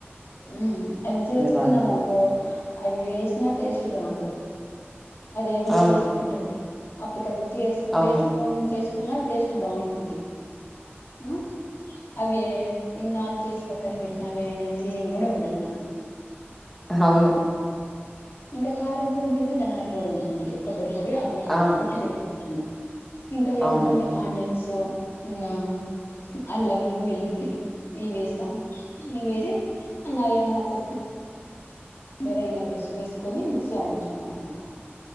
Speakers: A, on the left; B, in the centre.
A: మ్మ్ అవి చేసుకున్నామనుకో
B: బాగా
A: అవి వేసినా టేస్ట్ రాదు. అదెదో
B: ఆ
A: వేసినట్టు ఉంటది అప్పటికప్పుడు చేస్
B: అవును
A: వేసుకొన్ చేస్ కున్న టేస్ట్ బావుంటుంది ఆ అవి ఇన్నాళ్ చేసి పక్కన పెట్టినావే అనే ఫీలింగ్ గుడా ఉండద్ మనకు
B: అవును
A: ఇంకా కారం పొడి ఉంటుంది ధన్యాల పొడి ఉంటుంది కొబ్బరి పొడి అప్పటికి
B: ఆ
A: కొట్టి పెట్టుకుంటా నేను ఇంక ఏముంటాయి
B: అవును
A: ఆనియన్స్ ఇంగా అల్లము వెల్ ల్లులి ఇవి వేస్తాము ఇవి వేసి ఇంగా ఏమన్నా కొత్ మీర ఇలా వేస్ వేసుకొని మిక్సీ జాడించుకుంటాం ఇంకా